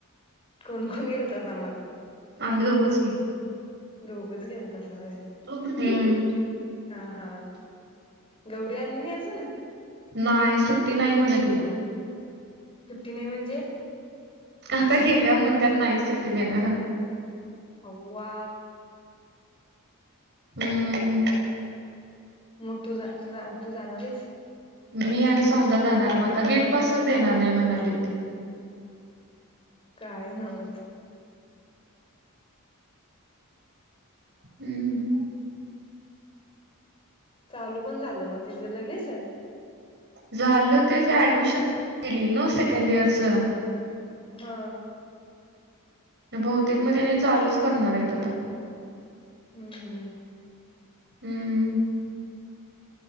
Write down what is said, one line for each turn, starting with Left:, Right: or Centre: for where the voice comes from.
Left: कोण कोण गेलतासा मग
Right: आम्ही दोघंच की
Left: दोघच गेलतास वय
Right: हं,
Left: हा हा, गवरी आली नाही अजून
Right: नाही सुटती नाही म्हणे तिला
Left: सुट्टी नाही म्हणजे?
Right: आता गेल्यावर म्हणतत नाही सुट्टी देणार
Left: आवा,
Right: हम्म हम्म
Left: मग तू तू तू जाणार आहेस
Right: मी आणि सौंदा जाणार मग आता गेटपसच देणार नाही म्हणालीत ते
Left: काय नमस्
Right: हम्म ह
Left: चालू पण झालं मग तिच लगेस
Right: झालं तेच ऍडमिशन, गेली ना सेकंड इयरच
Left: हा
Right: बहुतेक मग तेनी चालूच करणार आहेत आता
Left: हम्म हम्म
Right: हम्म